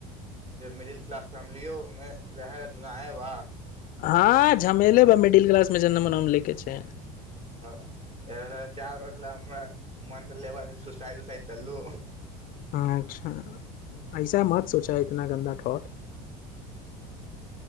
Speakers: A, on the right; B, on the left.
A: मिडिल क्लास फैमिलियोमे रह रह दुुना हय वा
B: हँ झमेले ब मिडिल क्लासमे जनमनामे ले के छै
A: चारि बस हमरा मन त लेब सुसाइ उसाइ कललू
B: अच्छा ऐसा मत सोचा है इतना गन्दा ठोठ